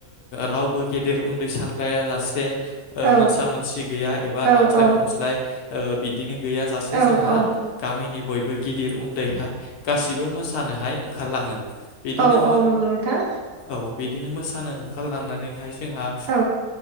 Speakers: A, on the left (about 75°); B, on the right (about 75°).
A: रावबो गेदेर उन्दै सानलायाज जासे
B: औ
A: मोनसा मोनसि गैया एबा
B: औ
A: नांज्लाय
B: औ
A: खमस्लाय बिदिनो गैयाजासे जोंहा
B: औ औ
A: गामिनि बयबो गिदिर उन्दैहाय गासिबो मोसानोहाय ओंखारलाो बिदिनो
B: औ औ नंगौ नोंथां
A: औ बिदिनो मोसानो ओंखारलांनानैह जोंहा
B: औ